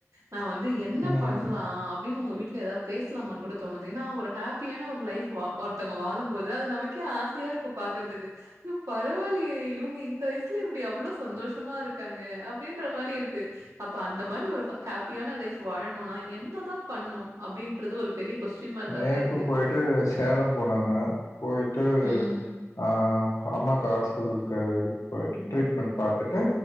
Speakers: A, on the right (about 90°); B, on the left (about 80°).
A: நா வந்து என்ன
B: ம்
A: பண்லா அப்டின் உங்க வீட்ல ஏதாது பேசலாமான்னு கூட தோணுது ஏன்னா ஒரு ஹாப்பியான ஒரு லைஃப் ஒருத்தவங்க வாழும்போது அது நமக்கே ஆசையா இருக்கு பாக்கற்துக்கு பரவால்லியே இவுங்க இந்த வயசுல இப்டி அவ்ளோ சந்தோஷமா ருக்காங்க அப்டின்ற மாரி இருக்கு அப்ப அந்த மாரி ஒரு ஹாப்பியான லைஃப் வாழனுன்னா என்னதா பண்ணு அப்டின்றது ஒரு பெரிய கொஸ்டின் மார்க்காவே
B: நேத்தும்
A: இருக்கு.
B: போயிட்டு சேலம் போனாங்க போயிட்டு
A: ம்.
B: ஆ அம்மாக்கு ஹாஸ்பிட்டலுக்கு இதுக்கு போயிட்டு ட்ரீட்மெண்ட் பாத்துட்டு